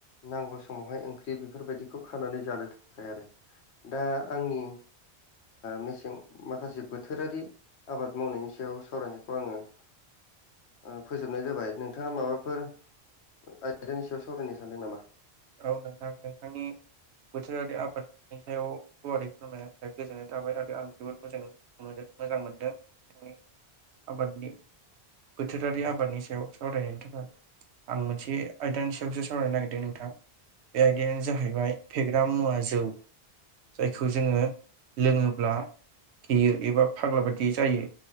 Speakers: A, on the left (about 80°); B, on the right (about 85°).
A: नांगौ समावहाय ओंख्रि बेफोरबायदिखौ खानानै जानो थाखाय आरो। दा आंनि मेसें माखासे बोथोरारि आबाद मावनायनि सायाव सावरायनायखौ आङो ओ फोंजोबनाय जाबाय नोंथाङा माबाफोर आयदानि सायाव सावरायनो सानदों नामा?
B: औ नोंथां नोंथांनि बोथोरारि आबादनि सायाव गुवारै फोरमायनायनि थाखाय गोजोन्नाय थाबाय आरो आं जोबोद मोजां मोनो मोजां मोनदों नोंथांनि आबादनि बोथोरारि आबादनि सायाव सावरायनायनि थाखाय आं मोनसे आयदानि सायावसो सावरायनो नागिरदों नोंथां। बे आयदायानो जाहैबाय फेग्रा मुवा जौ। जायखौ जोङो लोङोब्ला बेयो एबा फाग्ला बायदि जायो